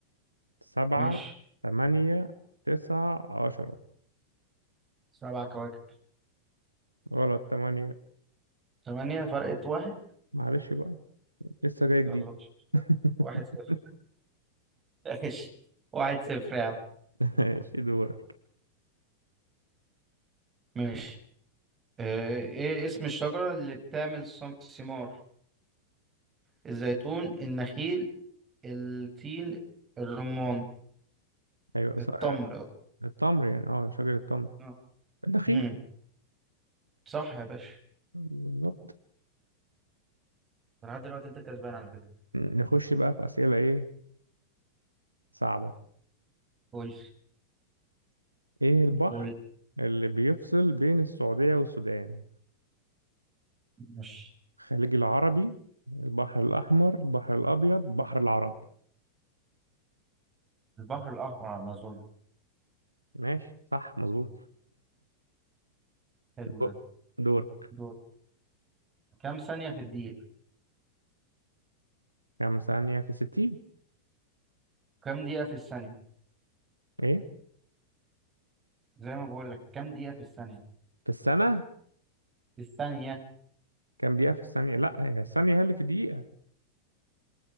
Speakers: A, on the right (about 80°); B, on the right (about 20°).
A: سبعة
B: ماشي
A: تمانية تسعة عشرة
B: سبع كواكب
A: غلط تمانية
B: ثمانية فرقت واحد
A: معلش بقى لسه جاي جديد
B: يلا مش مشكلة.
A: <laughs>
B: واحد صفر <laughs> ماشي واحد صفر يا عم
A: ماشي دورك
B: ماشي آه، ايه اسم الشجرة اللي بتعمل صم- ثمار الزيتون النخيل التين الرمان
A: أيوة
B: التمر
A: صح التمر يعني اه شجرة التمر
B: اه
A: النخيل
B: امم صح يا باشا
A: بالظبط
B: لحد دلوقتي انت كسبان على فكرة
A: نخش بقى في أسئلة إيه صعبة
B: قول
A: إيه البحر
B: قول
A: اللي بيفصل بين السعودية والسودان
B: ماشي
A: الخليج العربي البحر الأحمر البحر الأبيض بحر العرب
B: البحر الأحمر على الأمازون
A: ماشي صح مظبوط
B: حلو
A: دو-
B: ده
A: دورك
B: دول كام ثانية في الدقيقة
A: كم ثانية في ستين
B: كام دقيقة في الثانية
A: إيه
B: زي ما بقول لك كام دقيقة في الثانية
A: في السنة
B: في الثانية
A: كم دقيقة في الثانية لا هي الثانية هي اللي في دقيقة